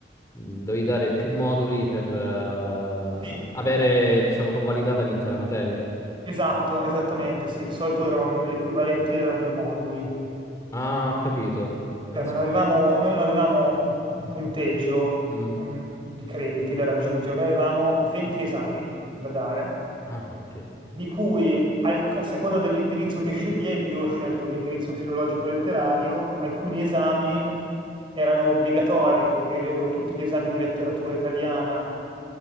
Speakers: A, on the left (about 20°); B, on the right (about 30°).
A: mm, devi dare più moduli per eh,
B: sì,
A: avere, diciamo, convalidata l'intera materia.
B: esatto, esattamente, sì, di solito
A: Ah,
B: era un- l'equivalente
A: ok.
B: era due moduli,
A: Ah, ho capito. Pensa
B: cioè non avevamo,
A: un po'.
B: noi non avevamo un un punteggio
A: Mm.
B: mm, di crediti da raggiungere, noi avevamo 20 esami da dare
A: Ah, 20.
B: di cui al- a seconda dell'indirizzo che sceglievi, io ho scelto l'indirizzo filologico-letterario, alcuni esami erano obbligatori, per dire io avevo tutti gli esami di letteratura italiana